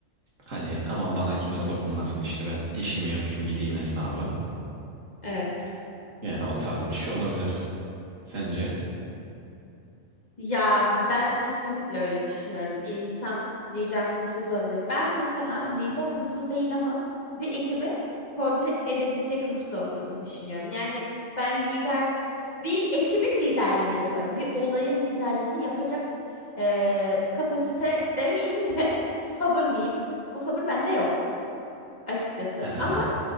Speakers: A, on the right; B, on the left.
A: Hani aman bana kimse dokunmasın işte ben işimi yapayım gideyim hesabı.
B: evet.
A: Yani o tarz bir şey olabilir. Sence?
B: Ya ben kesinlikle öyle düşünüyorum. İnsan lider ruhlu da olabilir. Ben mesela lider ruhlu değil ama bir ekibe koordine edebilecek ruhta olduğumu düşünüyorum. Yani ben lider, bir ekibin liderliğini yaparım. Bir olayın liderliğini yapacak e, kapasite demeyeyim de <laughs> sabır diyeyim. O sabır bende yok açıkçası.
A: Ee,
B: Ama